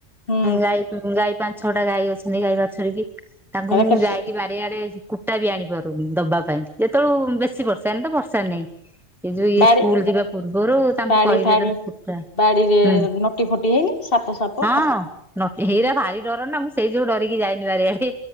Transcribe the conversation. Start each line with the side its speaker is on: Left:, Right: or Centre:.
Left: ହୁଁ
Centre: ଗାଈ ଗାଈ ପାଞ୍ଚ ଛଅଟା ଗାଈ ଅଛନ୍ତି ଗାଈ ବାଛୁରି କି ତାଙ୍କୁ
Left: ହେରା
Centre: ମୁଁ
Left: କେତେ
Centre: ଯାଇକ ବା ଡେଆଡେ କୁଟା ବି ଆଣି ପାରୁନି ଦବା ପାଇଁ ଯେତେବେଳୁ ବେଶୀ ବର୍ଷା ଏନ ତ ବର୍ଷା ନାଇଁ। ଏ ଯୋଉ ଇଏ
Left: ବାଡି
Centre: ସ୍କୁଲ ଯିବା ପୂର୍ବରୁ ତାଙ୍କୁ
Left: ବାଡି
Centre: କହିବେ
Left: ଫାଡି
Centre: ତମେ କୁଟା
Left: ବାଡିରେ
Centre: ହୁଁ
Left: ନଟି ଫଟି ହେଇନି ସାପ ସାପ
Centre: ହଁ
Left: ଫାପ?
Centre: ନଟି ହେଇରା ଭାରି ଡର ନା ମୁଁ ସେଇ ଯୋଗୁ ଡରିକି ଯାଏନି ବାରିଆଡେ।